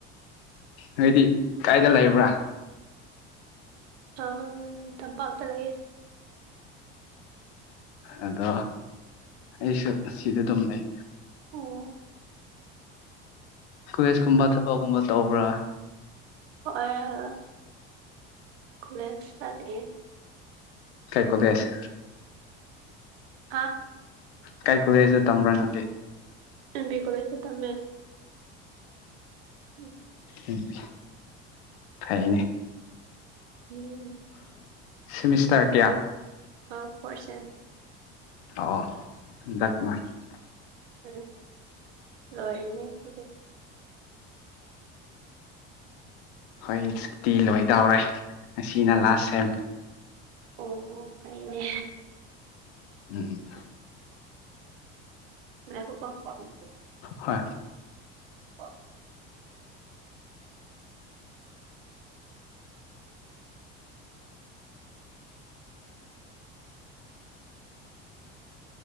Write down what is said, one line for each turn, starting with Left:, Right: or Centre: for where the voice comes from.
Left: ꯅꯣꯏꯗꯤ ꯀꯥꯏꯗ ꯂꯩꯕ꯭ꯔꯥ
Right: ꯑꯥ ꯇꯝꯄꯥꯛ ꯇ ꯂꯩꯑꯦ
Left: ꯑꯗꯣ ꯑꯩꯁꯨ ꯁꯤꯗꯤ ꯑꯗꯨꯝ ꯂꯩ
Right: ꯑꯣ
Left: ꯀꯨꯋꯦꯁ ꯀꯨꯝꯕ ꯊꯕꯛꯒꯨꯝꯕ ꯇꯧꯕ꯭ꯔꯥ
Right: ꯑꯣ ꯀꯂꯦꯖ ꯀꯔꯤ
Left: ꯀꯩ ꯀꯣꯂꯦꯁ
Right: ꯑꯥ
Left: ꯀꯥꯏ ꯀꯕꯦꯁꯨ ꯇꯝꯕ꯭ꯔꯥ ꯅꯪꯗꯤ
Right: ꯑꯦꯕꯤ ꯀꯣꯖꯦ ꯇꯝꯃꯦ ꯎꯝ
Left: ꯎꯝ ꯐꯥꯏꯅꯦ
Right: ꯎꯝ
Left: ꯁꯤꯃꯤꯁꯇꯔ ꯀꯌꯥ
Right: ꯅ ꯐꯣꯔꯁꯦꯟ
Left: <unintelligible>
Right: ꯎꯝ ꯂꯣꯏꯅꯦꯀ
Left: ꯍꯣꯏ ꯁꯨꯇꯤ ꯂꯣꯏꯗꯧꯔꯦ ꯑꯁꯤꯅ ꯂꯥꯁ ꯁꯦꯝ
Right: ꯑꯣ ꯐꯥꯏꯅꯦ
Left: ꯎꯝ
Right: ꯉꯥꯏꯈꯣꯀꯣ ꯄꯥꯏ
Left: ꯍꯣꯏ
Right: <inaudible>